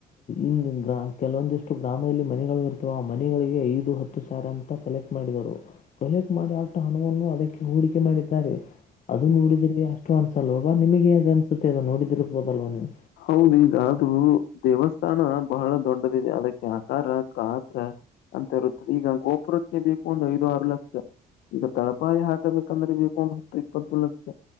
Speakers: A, on the left; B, on the left.
A: ಈ ಗ ಕೆಲವೊಂದಿಷ್ಟು ಗ್ರಾಮದಲ್ಲಿ ಮನೆಗಳು ಇ ಆ ಮನೆಗಳಿಗೆ ಐದು ಹತ್ತು ಸಾವಿರ ಅಂತ ಕಲೆಕ್ಟ್ ಮಾಡಿದರು ಕಲೆಕ್ಟ್ ಮಾಡಿ ಆಟ ಹಣವನ್ನು ಅದಕ್ಕೆ ಹೂಡಿಕೆ ಮಾಡಿದ್ದಾರೆ ಅದು
B: ಈಗ
A: ನೋಡಿದ್ರಿ ಅಷ್ಟು ಅನ್ಸಲ್ವಾವಾ ನಿಮಗೆ ಹೇಗ್ ಅನ್ಸುತ್ತೆ ಅದ ನೋಡಿದಿರ್ಬೋದಲ್ವಾ ನೀವು
B: ಹ ಈಗಾದೂ ದೇವಸ್ಥಾನ ಬಹಳ ದೊಡ್ಡದಿದೆ ಅದಕ್ಕೆ ಆಕಾರ ಗಾತ್ರ ಅಂತ ಇರುತ್ತದೆ ಈಗ ಗೋಪುರಕ್ಕೆ ಬೇಕು ಒಂದು ಐದು ಆರು ಲಕ್ಷ ಈಗ ತಳಪಾಯಿ ಹಾಕಬೇಕಂದ್ರೆ ಬ ಒಂದು ಹೊತ್ತು ಇಪ್ಪತ್ತು ಲಕ್ಷ